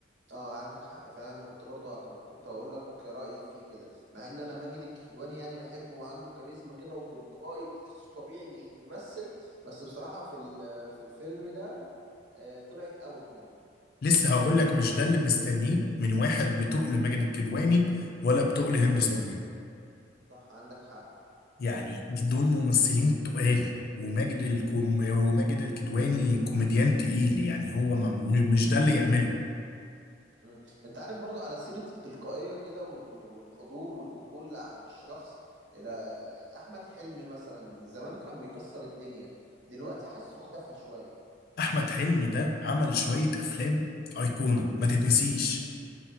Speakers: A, on the right; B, on the left.
A: اه عندك حق فعلا انا كنت برضه هكن- كنت هقول لك رأيي فيه كده مع ان انا ماجد الكدواني يعني بحبه وعنده كاريزما كده وتلقائي بتحسه طبيعي مش بيمثل بس بصراحة في ال- في الفيلم ده آه، طلعت اوت منه
B: لسه هقول لك مش ده اللي مستنيه من واحد بتقل ماجد الكدواني ولا بتقل هند
A: صح
B: صبري
A: صح عندك حق
B: يعني دي- دول ممثلين تقال وماجد الكوم... وماجد الكدواني كوميديان تقيل يعني هو ما... م- مش ده اللي يعمله
A: مم. انت عارف برضو على سيرة التلقائية كده وال- والحضور والقبول اللي عند الشخص الى احمد حلمي مثلا زمان كان بيكسر الدنيا دلوقتي حاسه اختفى شوية
B: احمد حلمي ده عمل شوية افلام ايقونة ما تتنسيش